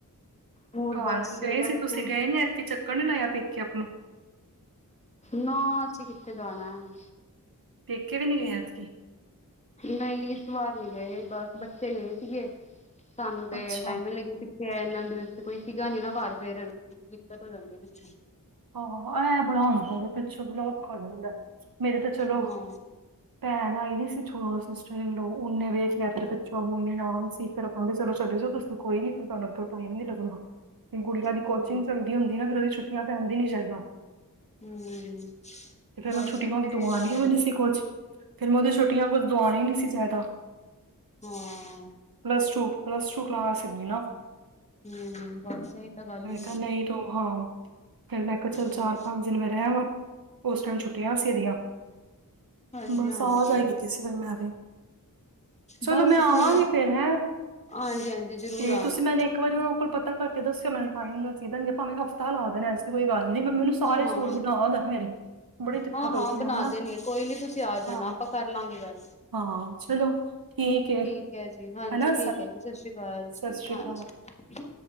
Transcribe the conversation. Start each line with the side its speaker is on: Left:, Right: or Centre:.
Left: ਹੋਰ
Right: ਘਰ
Left: ਬਸ
Right: ਗਏ
Left: ਮੈਂ
Right: ਸੀ
Left: ਤਾਂ ਖੁਦ
Right: ਤੁਸੀਂ, ਗਏ ਨੀ ਐਤਕੀ, ਚੱਕਰ ਨੀ ਲਾਇਆ ਪੇਕੇ ਆਪਣਾ?
Left: ਨਾ ਅਸੀਂ ਕਿੱਥੇ ਜਾਣਾ ਐ।
Right: ਪੇਕੇ ਵੀ ਨੀ ਗਏ ਐਤਕੀ।
Left: ਨਈ ਇਸ ਵਾਰ ਨੀ ਗਏ, ਬਸ ਬੱਚੇ ਗਏ ਸੀਗੇ, ਸਾਨੂੰ ਤੇ
Right: ਅੱਛਾ
Left: ਟਾਈਮ ਨੀ ਲੱਗਿਆ ਸੀ। ਇਹਨਾਂ ਦਿ ਵਸਤੇ ਕੋਈ ਸੀਗਾ ਨੀ ਨਾ ਘਰ, ਫੇਰ ਦਿੱਕਤ ਹੋ ਜਾਂਦੀ ਪਿੱਛੇ।
Right: ਆਹ ਐਹਂ ਬੜਾ ਹੁੰਦਾ ਪਿੱਛੋਂ ਔਖਾ ਹੋ ਜਾਂਦੇ ਐ, ਮੇਰੇ ਤੇ ਚਲੋਂ।
Left: ਹਾਂ
Right: ਭੈਣ ਆਈ ਵੀ ਸੀ ਛੋ, ਸਿਸਟਰ ਇਨਲੌ ਉਹਨੇ ਵੇਖ ਲਿਆ ਫੇ ਪਿੱਛੋਂ, ਮੰਮੀ ਨਾਲ ਸੀ ਫਿਰ ਆਪਾ ਨੂੰ ਕਹਿੰਦੇ ਚਲੋਂ ਚਲੈ ਜਾਉ ਤੁ ਕੋਈ ਨੀ ਫਿਰ ਤੁਹਾਨੂੰ ਅੱਗੋ ਟਾਈਮ ਨੀ ਲੱਗਨਾ, ਗੜੀਆਂ ਦੀ ਕੋ
Left: ਹੂੰ
Right: ਲੱਗੀ ਹੁੰਦੀ ਨਾ, ਫਿਰ ਉਹਦੀ ਛੱਟੀਆਂ ਪੈਦੀ ਨੀ ਜ ਗਾ।
Left: ਹੂੰ
Right: ਤੇ ਫੇਰ
Left: ਬਸ
Right: ਮੈਂ ਛੁੱਟੀ
Left: ਇੱਥੇ
Right: ਨਾ ਹੁੰਦੀ,
Left: ਵੀ
Right: ਤੂੰ
Left: ਇਹੀ
Right: ਆਣੀ
Left: ਹਾਲ
Right: ਹੋਈਣੀ ਉਹ
Left: ਹੈ
Right: ਨੀ ਸੀ ਕੁਛ ਫਿਰ ਮੈਂ ਉਹਦੀਆਂ ਛੋਟੀਆਂ ਕੁਝ ਦਵਾਉਣ ਹੀ ਨੀ ਸੀ ਜ਼ਿਆਦਾ,
Left: ਹਾਂ
Right: plus two plus two class ਹੇ ਗੀ ਨਾ।
Left: ਹੂੰ, ਬਸ ਇਹੀ ਤਾਂ ਗੱਲ ਹੁੰ
Right: ਕਾ ਨਈ ਤੂੰ ਹਾਂ, ਫੇਰ ਮੈਂ ਕਿਹਾ ਚਲ ਚਾਰ
Left: ਹਾਂਜੀ
Right: ਪੰਜ ਦਿਨ ਮੈਂ ਰਹਿ ਵਾ ਉਸ ਟਾਈਮ ਛੁੱਟੀਆਂ ਸੀ ਇਹਦੀਆਂ।
Left: ਹਾਂਜੀ
Right: ਬਸ
Left: ਹਾਂਜੀ
Right: ਆ ਜਾਈ ਕੀਤੀ ਸੀ ਫੇਰ ਮੈਂ ਵੀ। ਚਲੋ
Left: ਬਸ
Right: ਮੈਂ ਆਵਾਂਗੀ
Left: ਅਸੀਂ
Right: ਫੇਰ ਹੈਂ,
Left: ਹਾਂਜੀ ਹਾਂਜੀ ਜ਼ਰੂਰ
Right: ਤੇ
Left: ਆਣਾ
Right: ਤੁਸੀਂ ਨਾ ਇੱਕ ਵਾਰੀ ਉਹਨਾਂ ਕੋਲ ਪਤਾ ਕਰ ਕੇ ਦੱਸਿਓ <unintelligible> ਟਾਈਮ ਨਾਲ ਸੀ ਦੇਣਗੇ, ਭਾਵੇਂ ਹਫ਼ਤਾ ਲਾ ਦੇਣਾ ਇਸ ਕੋਈ ਗੱਲ ਨੀ, ਪਰ ਮੈਨੂੰ ਸਾਰੇ
Left: ਹਾਂ ਹਾਂ
Right: ਸੂੂਰ ਬਣਾ ਦਨ ਮੇਰੇ। ਬੜੀ ਦਿੱਕਤ
Left: ਹਾਂ ਹਾਂ
Right: ਹੋਈ ਪਈ
Left: ਬਣਾ
Right: ਮੈਨੂੰ ਨਾ
Left: ਦੇਣਗੇ, ਕੋਈ ਨੀ ਤੁਸੀਂ ਆ ਜਾਣਾ
Right: ਹਾਂ
Left: ਆਪਾਂ ਕਰ ਲਾਗੇ ਗੱਲ।
Right: ਹਾਂ ਚਲੋ ਹੈ
Left: ਠੀਕ ਐ ਜੀ, ਹਾਂਜੀ
Right: ਹਨਾ
Left: ਠੀਕ ਐ ਜੀ, ਸਤਿ ਸ਼੍ਰੀ ਅਕਾਲ
Right: ਸਤਿ
Left: ਜੀ,
Right: ਸ਼੍ਰੀ
Left: ਹਾਂਜੀ।
Right: ਅਕਾਲ
Left: <inaudible>